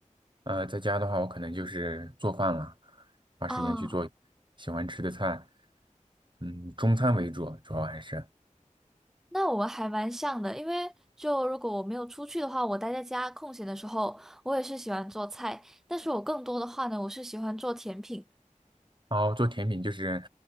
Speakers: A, on the right; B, in the centre.
A: 呃，在家的话，我可能就是做饭了，花时间去做喜欢吃的菜，
B: 啊，
A: 嗯，中餐为主，主要还是。
B: 那我们还蛮像的，因为就如果我没有出去的话，我待在家空闲的时候，我也是喜欢做菜，但是我更多的话呢，我是喜欢做甜品。
A: 然后做甜品就是